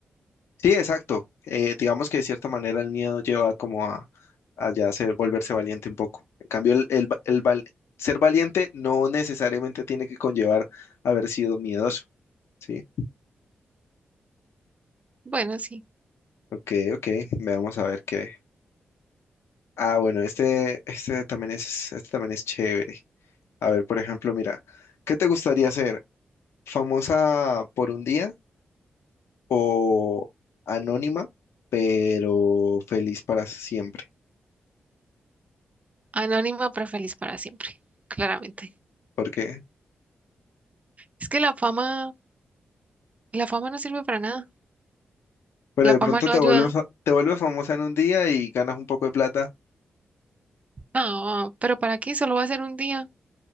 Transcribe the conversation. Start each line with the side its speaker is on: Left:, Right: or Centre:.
Left: Sí, exacto. Eh, digamos que de cierta manera el miedo lleva como a, a ya ser- volverse valiente un poco. En cambio, el, el va- el val- ser valiente no necesariamente tiene que conllevar haber sido miedoso. Sí,
Right: Bueno, sí.
Left: ok, ok. Veamos a ver qué. Ah, bueno, este, este también es, este también es chévere. A ver, por ejemplo, mira, ¿qué te gustaría ser? ¿Famosa por un día o anónima, pero feliz para siempre?
Right: Anónima, pero feliz para siempre, claramente.
Left: ¿Por qué?
Right: Es que la fama, la fama no sirve para nada.
Left: Pero
Right: La
Left: de
Right: fama
Left: pronto
Right: no
Left: te
Right: ayuda.
Left: vuelves, fa- te vuelves famosa en un día y ganas un poco de plata,
Right: No, pero ¿para qué? Solo va a ser un día.